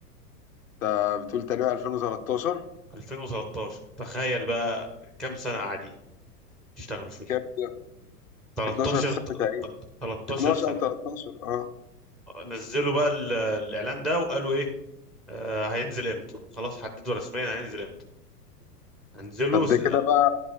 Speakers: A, on the left; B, in the centre.
A: انت بتقول تقريبا 2013
B: 2013 تخيل بقى كام سنة قاعدين يشتغلوا فيه
A: كام ده؟
B: 13
A: 12 سنة تقريبا
B: 13
A: 12
B: سنة
A: او 13 اه
B: نزلوا بقى ال- الإعلان ده وقالوا إيه آه هينزل إمتى خلاص حددوا رسميا هينزل إمتى هنزله
A: طب ده
B: س...
A: كده بقى